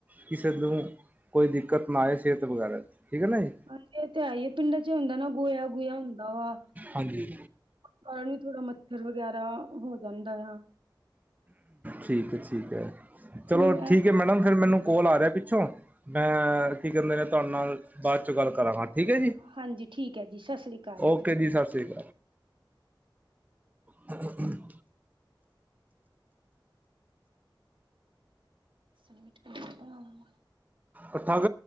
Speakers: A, on the right; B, on the right.
A: ਕਿਸੇ ਨੂੰ, ਕੋਈ ਦਿੱਕਤ ਨਾ ਆਏ, ਸਿਹਤ ਵਗੈਰਾ, ਠੀਕ ਹੈ ਨਾ ਜੀ
B: ਹਾਂਜੀ, ਇਹ ਤੇ, ਹੈ ਹੀਏ ਪਿੰਡਾਂ ਚ ਹੁੰਦਾ ਨਾ,, ਗੋਇਆ- ਗੋਆ ਹੁੰਦਾ ਵਾ
A: ਹਾਂਜੀ।
B: ਉਸ ਕਾਰਨ ਵੀ, ਥੋੜਾ ਮੱਛਰ ਵਗੈਰਾ ਹੋ ਜਾਂਦਾ ਆ
A: ਠੀਕ ਹੈ- ਠੀਕ ਹੈ ਚਲੋ
B: ਹੂੰ,
A: ਠੀਕ ਹੈ ਮੈਡਮ ਚੱਲੋ ਫਿਰ ਮੈਨੂੰ ਕੋਲ ਆ ਰਿਹਾ ਪਿੱਛੋਂ, ਮੈਂ ਕੀ ਕਹਿੰਦੇ ਨੇ ਤੁਹਾਡੇ ਨਾਲ ਬਾਅਦ ਚ ਗੱਲ ਕਰਾਂਗਾ ਠੀਕ ਹੈ ਜੀ
B: ਹਾਂਜੀ, ਠੀਕ ਹੈ ਜੀ, ਸਤਿ ਸ੍ਰੀ ਅਕਾਲ ਜੀ।
A: ਓਕੇ ਸਤਿ ਸ਼੍ਰੀ ਹਮ <inaudible>
B: ਸੁ <inaudible>
A: ਅੱ ਠਗ